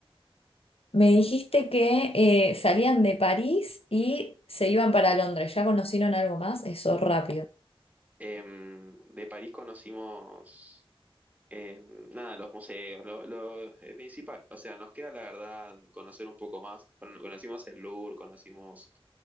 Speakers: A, on the left (about 70°); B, on the right (about 15°).
A: Me dijiste que eh, salían de París y se iban para Londres. ¿Ya conocieron algo más? Eso rápido.
B: Em, de París conocimos Eh, nada, los museos, lo, lo- eh, principal. O sea, nos queda la verdad conocer un poco más. Bueno, conocimos el Louvre, conocimos